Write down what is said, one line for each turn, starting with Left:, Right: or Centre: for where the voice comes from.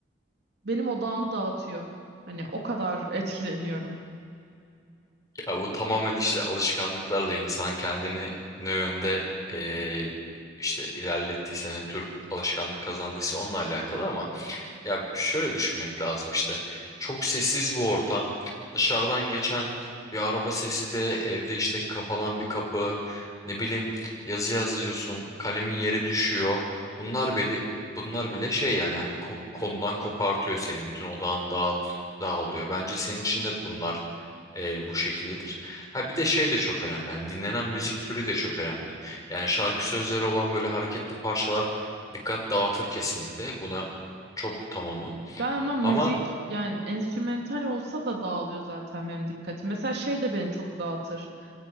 Right: benim odağımı dağıtıyor. Hani o kadar <laughs> etkileniyorum.
Left: Ya bu tamamen işte alışkanlıklarla insan kendini ne yönde e, işte ilerlettiyse ne tür alışkanlık kazandıysa onunla alakalı ama Ya şöyle düşünmek lazım işte. Çok sessiz bir ortam. Dışarıdan geçen bir araba sesi de evde işte kapanan bir kapı. Ne bileyim yazı yazıyorsun. Kalemin yeri düşüyor. Bunlar bile bunlar bile şey yani hani ko- konudan kopartıyor senin. Bütün odağın dağıt, dağılıyor. Bence senin için de bunlar e, bu şekildedir. Ha bir de şey de çok önemli. Yani dinlenen müzik türü de çok önemli. Yani şarkı sözleri olan böyle hareketli parçalar dikkat dağıtır kesinlikle. Buna çok tamamım.
Right: Ben ama müzik
Left: Ama
Right: yani enstrümantal olsa da dağılıyor zaten benim dikkatim. Mesela şey de beni çok dağıtır.